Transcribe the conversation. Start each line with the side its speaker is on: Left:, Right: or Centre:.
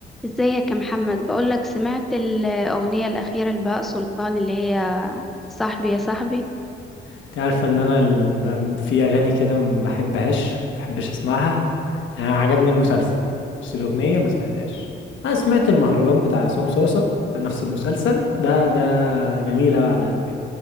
Centre: ازيك يا محمد بقولك سمعت الأغنية الأخيرة لبهاء سلطان اللي هي صاحبي يا صاحبي
Left: انت عارفه ان انا الم- في اغاني كده ما بحبهاش ما بحبش اسمعها يعني أنا عجبني المسلسل بس الاغنيه ما سمعتهاش انا سمعت المهرجان بتاع عصام صوصه بتاع نفس المسلسل ده ده جميل أوي على قلبي